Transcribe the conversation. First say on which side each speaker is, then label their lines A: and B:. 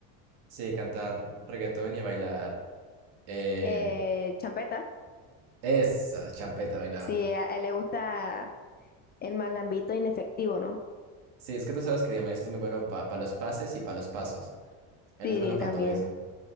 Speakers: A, on the right; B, on the left.
A: sí, cantar reggaetón y bailar. eh,
B: Eh, champeta,
A: esa champeta bailaba.
B: sí, a, a él le gusta el malambito inefectivo, ¿no?
A: Sí, es que tú sabes que Diomedes es muy bueno para los pases y para los pasos. Él
B: Sí,
A: es bueno para
B: también.
A: todo eso.